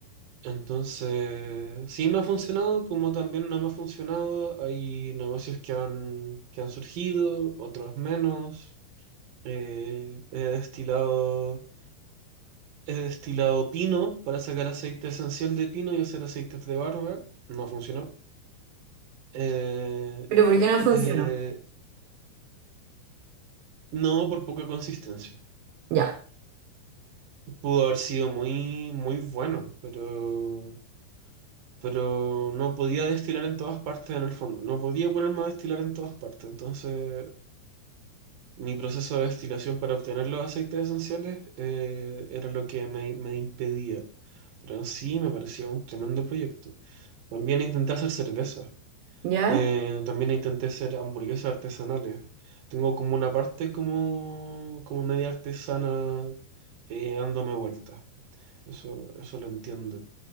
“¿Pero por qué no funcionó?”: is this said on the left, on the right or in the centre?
Right